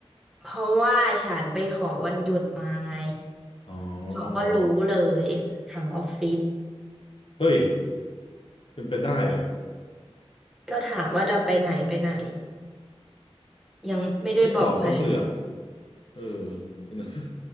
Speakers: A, in the centre; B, on the left.
A: เพราะว่าฉันไปขอวันหยุดมาไง
B: อ๋อ
A: เขาก็รู้เลยทางออฟฟิศ
B: เฮ้ยเป็นไปได้เหรอ
A: ก็ถามว่าจะไปไหนไปไหนยังไม่ได้บอกใคร
B: ไม่ตอบว่าเสือกเออ <laughs> มัน